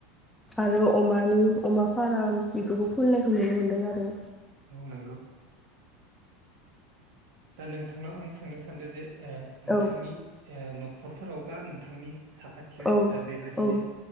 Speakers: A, in the centre; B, on the right (about 60°).
A: आरो अमानि अमा फारम बेफोरखौ खुलिनायखौ नुनो मोनदों आरो
B: औ नोंगौ दा नोंथांनाव आं सोंनो सानदों जे नोंथांनि
A: औ
B: खरफोरावबा नोंथांनि साखाथियाव
A: औ
B: बेबिनो
A: औ